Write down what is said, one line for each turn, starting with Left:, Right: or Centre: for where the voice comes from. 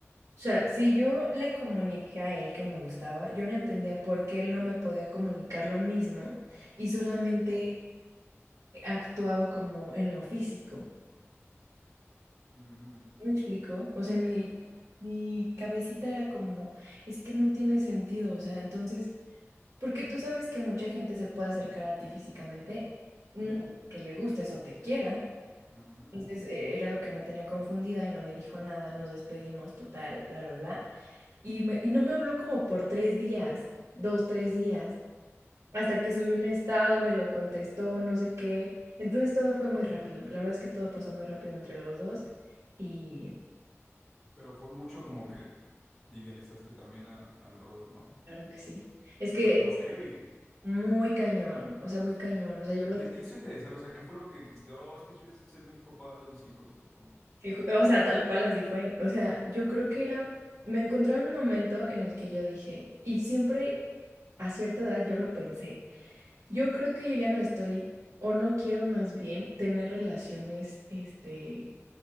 Right: O sea, si yo le comuniqué a él que me gustaba, yo no entendía por qué él no me podía comunicar lo mismo y solamente actuaba como en lo físico.
Centre: Ujú.
Right: ¿sí ¿Me explico? O sea, en mi,
Centre: Sí, sí, sí.
Right: mi cabecita era como, es que no tiene sentido, o sea, entonces, porque tú sabes que mucha gente se puede acercar a ti físicamente, no
Centre: Ujú,
Right: que le gustes o te quiera.
Centre: ujú.
Right: Entonces, eh, era lo que me tenía confundida y no me dijo nada, nos despedimos, total, bla, bla, bla. Y, me- y no me habló como por tres días, dos, tres días, hasta que subí un estado, me lo contestó, no sé qué. Entonces todo fue muy rápido. La verdad es que todo pasó muy rápido entre los dos y
Centre: Pero fue mucho como que idealizaste también a- al brother, ¿no?
Right: claro que sí. Es que
Centre: O sea, pero
Right: es
Centre: heavy.
Right: muy cañón, o sea, muy cañón. O sea, yo lo...
Centre: ¿Y qué
Right: te-
Centre: te hizo el de desearlo, O sea, ¿qué fue lo que dijiste? Oh, este quiere ser mi papá de mis hijos, o como,
Right: fijo- O sea, tal cual así fue. O sea, yo creo que era... Me encontraba en un momento en el que yo dije, y siempre a cierta edad yo lo pensé, yo creo que yo ya no estoy o no quiero más bien tener relaciones, este